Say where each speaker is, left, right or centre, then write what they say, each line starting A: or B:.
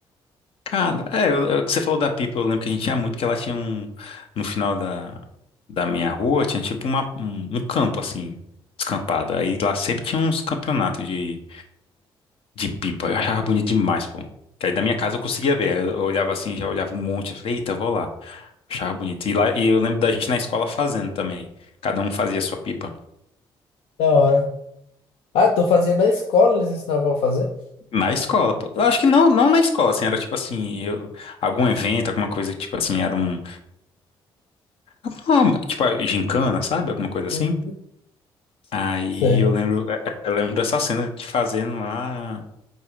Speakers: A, on the left; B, on the left.
A: Cara, é, eu- eu- você falou da pipa, eu lembro que a gente tinha muito, que ela tinha um. No final da, da minha rua, tinha tipo uma, um, um campo assim, descampado. Aí lá sempre tinha uns campeonatos de. De pipa. Eu achava bonito demais, pô. Que aí da minha casa eu conseguia ver. Eu eu olhava assim, já olhava um monte. Eu falei, eita, eu vou lá. Achava bonito. E lá, e eu lembro da gente na escola fazendo também. Cada um fazia a sua pipa.
B: Da hora. Ah, tu fazia na escola, eles ensinavam a fazer?
A: Na escola, pô. Eu acho que não, não na escola, assim, era tipo assim, eu, algum evento, alguma coisa, que, tipo assim, era um. alguma- Tipo, a gincana, sabe? Alguma coisa assim.
B: Uhum.
A: Aí
B: Sei.
A: eu lembro, eu lembro dessa cena de fazendo lá